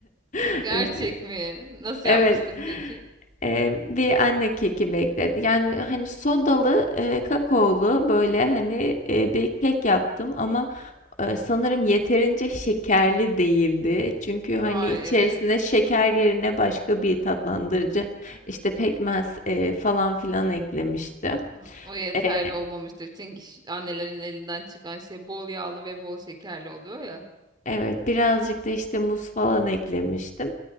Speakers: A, on the left; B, on the right.
A: <laughs>
B: Gerçek mi? Nasıl
A: Evet.
B: yapmıştın peki?
A: Eee, bir anne keki bekledi. Yani hani sodalı, eee, kakaolu böyle hani eee, bir kek yaptım ama eee, sanırım yeterince şekerli değildi. Çünkü hani
B: Ay
A: içerisine
B: evet.
A: şeker yerine başka bir tatlandırıcı işte pekmez eee, falan filan eklemiştim.
B: Tamam, O yeterli
A: Eee,
B: olmamıştır. Çünkü ş- annelerin elinden çıkan şey bol yağlı ve bol şekerli oluyor ya.
A: evet birazcık da işte muz falan eklemiştim.